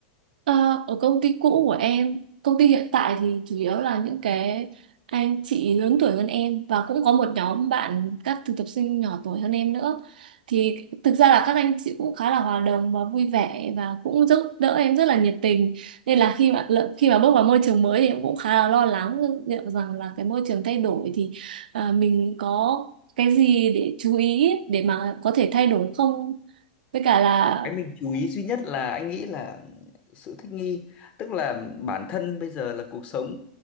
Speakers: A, on the right (about 80°); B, on the left (about 30°).
A: Ờ, ở công ty cũ của em, công ty hiện tại thì chủ yếu là những cái anh chị lớn tuổi hơn em và cũng có một nhóm bạn các thực tập sinh nhỏ tuổi hơn em nữa. Thì thực ra là các anh chị cũng khá là hòa đồng và vui vẻ và cũng giúp đỡ em rất là nhiệt tình. Nên là khi mà lợ- khi mà bước vào môi trường mới thì em cũng khá là lo lắng liệu rằng là cái môi trường thay đổi thì à, mình có cái gì để chú ý để mà có thể thay đổi không? Với cả là
B: Cái mình chú ý duy nhất là anh nghĩ là sự thích nghi, tức là bản thân bây giờ là cuộc sống